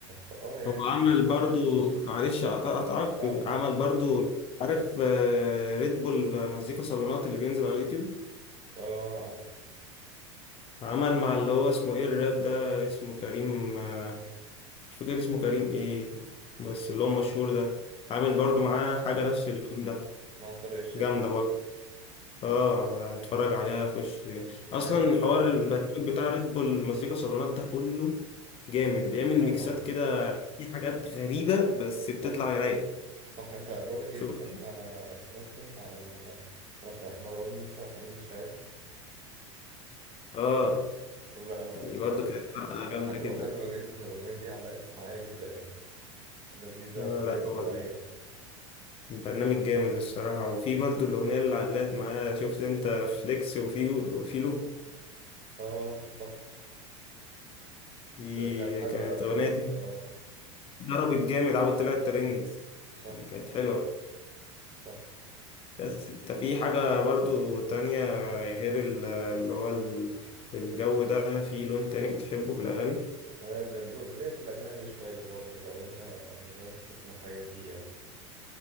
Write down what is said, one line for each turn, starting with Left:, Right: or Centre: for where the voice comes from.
Right: فآه يعني
Left: هو عمل برضو معلش أقط- أقطعك
Right: لا براحته
Left: عمل
Right: طبعا
Left: برضو عارف آه، ريد بول مزيكا صالونات اللي بينزل على اليوتيوب
Right: اه عارف
Left: عمل مع اللي هو اسمه إيه الراب ده اسمه كريم آه، مش فاكر اسمه كريم ايه بس اللي هو مشهور ده عامل برضو
Right: مين
Left: معاه حاجة نفس اللون ده
Right: مع طارق الشيخ
Left: جامدة برضو اه اتفرج عليها خش
Right: حلو
Left: اصلا حوار
Right: هبقى
Left: البرنامج بتاع ريد بول مزيكا صالونات ده كله جامد بيعمل
Right: اه
Left: ميكسات
Right: طبعا
Left: كده في حاجات غريبة بس بتطلع
Right: صح
Left: رايقة
Right: صح انت بقول لك
Left: شفت
Right: ايه اتفرجت على اتفرجت انت على على بتاع مروان موسى وحميد الشاعري
Left: اه
Right: بقى بقى
Left: دي
Right: اتف...
Left: برضو كانت حلقة جامدة
Right: حلوة
Left: كده
Right: حلوة جدا الأغنية دي علقت معايا جدا يعني لذيذة
Left: آه
Right: بطريقة
Left: لا
Right: مش
Left: هو
Right: طبيعية
Left: البرنامج جامد الصراحة وفي برضو الأغنية اللي علقت معايا شفت أنت فليكس وفيو وفيلو
Right: اه صح
Left: دي
Right: كانت حلوة
Left: كانت
Right: قوي
Left: أغنية
Right: برضه اه
Left: ضربت جامد عاوز طلعت ترند
Right: صح
Left: يعني كانت
Right: صح
Left: حلوة
Right: صح
Left: بس انت في حاجة برضو تانية غير ال- اللي هو ال- الجو ده في لون تاني بتحبه في الأغاني
Right: انا اللي ب- بلاقي في الأجنبي شوية برضه لو انت لو انت تسمع حاجة فيه يعني